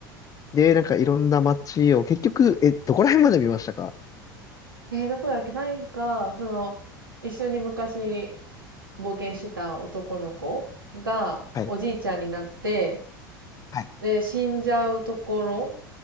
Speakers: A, on the left; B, on the right.
A: で、なんかいろんな街を、結局、え、どこら辺まで見ましたか
B: えー、どこだっけなんか、その、一緒に昔冒険してた男の子が、
A: はい
B: おじいちゃんになって、
A: はい
B: で、死んじゃうところ、